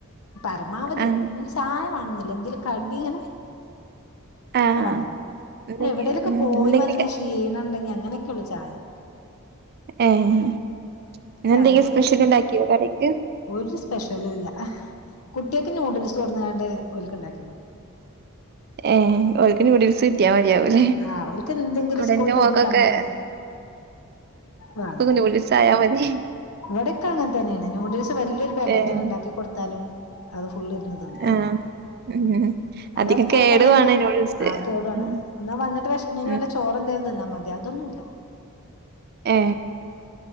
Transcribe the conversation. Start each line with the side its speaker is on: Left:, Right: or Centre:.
Left: പരമാവധി
Right: ആഹ്
Left: ചായ വാണം എന്ന്ന്നുല്ല ന്തേലും കടികൾ
Right: ആഹ്
Left: ആണോ
Right: എന്തെ
Left: എവിടേലൊക്കെ
Right: ഉം
Left: പോയി
Right: എന്തെങ്കിലൊക്കെ
Left: വന്ന് ക്ഷീണി ണണ്ടെങ്കി അങ്ങനെക്കൊള്ളു ചായ
Right: ഏഹ് ഇന്നെന്തെങ്കിലും
Left: ചായനോട്
Right: സ്പെഷ്യൽ
Left: വൽ
Right: ഉണ്ടാക്കിയോ കടിക്ക്
Left: ഒരു സെപ്ഷ്യലുല്ല കുട്ട്യാൾക്ക് നൂഡിൽസ് കൊട്ന്ന്ക്കാണ്ട് ഓൽക്ക് ണ്ടാക്കി
Right: ഏ ഓൽക്ക് നൂഡിൽസ് സ്ട്ട്യാ മതിയാവും
Left: ആഹ് ഓൽക്ക് എന്തെങ്കിലും
Right: ഇവിടെ
Left: സ്കൂള്
Right: എന്റെ
Left: വിട്ട്
Right: മോൾക്കൊക്കെ
Left: വരുന്ന സമയത്ത് വേണം
Right: നൂഡിൽസ് ആയാമതി
Left: ഇവിടെക്കെ അങ്ങനെ തന്നേണ് നൂഡിൽസ് വല്യൊരു പാക്കറ്റ്
Right: ഏഹ്
Left: ണ്ടാക്കി കൊടുത്താലും <unintelligible> ഫുള്ളിർന്ന് തിന്നേരും
Right: ആഹ് ഉം
Left: അല്ലാതെ
Right: അധികം
Left: സ്കൂൾ
Right: കേടുവാണ്
Left: വിട്ട് വന്നിട്ട്
Right: നൂഡിൽസ്
Left: ആക്കായതൊണ്ട
Right: ഉം
Left: എന്നാ വന്നിട്ട് വേശക്ക്ണീന്
Right: ഉം
Left: വല്ല ചോറെന്തേലും തിന്നാൻ പറ അതൊന്നുല്ല
Right: ഏ